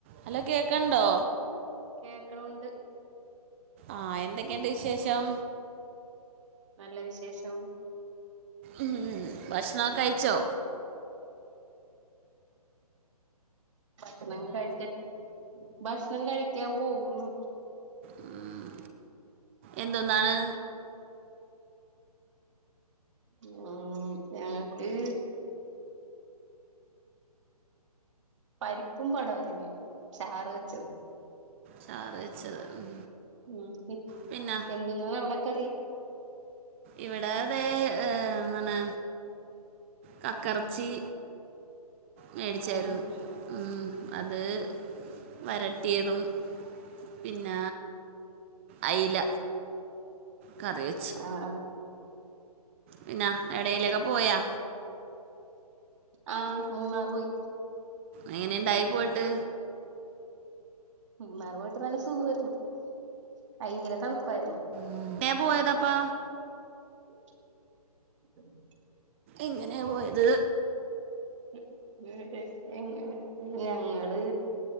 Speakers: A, on the right (about 20°); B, on the right (about 50°).
A: Hello കേക്കണ്ടോ
B: കേക്കണ ഉണ്ട്
A: ആഹ് എന്തൊക്കെയുണ്ട് വിശേഷം
B: നല്ല വിശേഷം
A: ഉം ഉം ഭക്ഷണൊക്കെ കഴിച്ചോ?
B: ഭക്ഷണം കഴിക്ക <unintelligible> ഭക്ഷണം കഴിക്കാൻ പോകുന്നു.
A: ഉം എന്തൊന്നാണ്?
B: ഉം ഞങ്ങക്ക് പരിപ്പും പടവലങ്ങയും ചാറ് വെച്ചത്
A: ചാറ് വച്ചത് ഉം
B: <unintelligible>
A: പിന്നെ
B: എന്തിന്ന അവിടക്കറി?
A: ഇവിട തേ എന്താണ് കക്കെറച്ചി മേടിച്ചായിരുന്നു
B: ഉം
A: ഉം അത് വരട്ടിയതും പിന്ന അയ്ല കറി വെച്ച്
B: ആഹ് ആഹ്
A: പിന്നാ ഏടേലൊക്കെ പോയാ?
B: ആഹ് മൂന്നാറ് പോയി
A: എങ്ങനെയിണ്ടായി പോയിട്ട്?
B: മൂന്നാറ് പോയിട്ട് നല്ല സുഗായിരുന്നു ഭയങ്കര തണുപ്പായിരുന്നു.
A: എവ്ടെയാപോയതപ്പാ?
B: <inaudible>
A: എങ്ങനെയാ പോയത്?
B: <unintelligible> എങ്ങനെ ഞങ്ങള്